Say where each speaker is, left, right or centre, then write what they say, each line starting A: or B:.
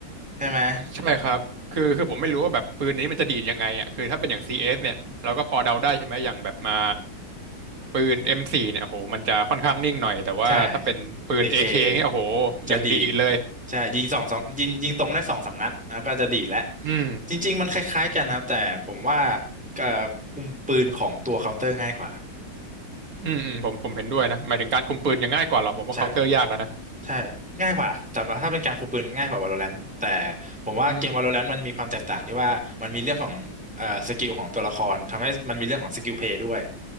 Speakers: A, in the centre; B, on the right (about 50°).
A: ใช่ไหม
B: ใช่ครับคือคือผมไม่รู้ว่าแบบปืนนี้มันจะดีดยังไงอ่ะคือถ้าเป็นอย่าง CS เอสเนี่ยเราก็พอเดาได้ใช่ไหมอย่างแบบมาปืน M4 เนี่ยโอ้โหมันจะค่อนข้างนิ่งหน่อยแต่ว่าถ้าเป็นปืนเ
A: ใช่เอเค
B: k เคเนี่ยโอ้โหอย่างดีดเลย
A: จะดีดใช่ยิงสองสองยิงยิงตรงได้สองสามนัดแล้วก็จะดีดแล้ว
B: อืม
A: จริงๆมันคล้ายๆกันนะครับแต่ผมว่าเอ่อคุมปืนของตัวเคาน์เตอร์ง่ายกว่า
B: อืมอืมผมผมเห็นด้วยนะหมายถึงการคุมปืนยังง่ายกว่าหรอกผมว่าเคาน์เตอร์ยากแล้วนะ
A: อืมใช่ ใช่ง่ายกว่าแต่ว่าถ้าเป็นการคุมปืนง่ายกว่า Valorant แต่ผมว่าเกม
B: อืม
A: Valorant มันมีความแตกต่างที่ว่ามันมีเรื่องของเอ่อสกิลของตัวละครทำให้มันมีเรื่องของสกิลเพลย์ด้วย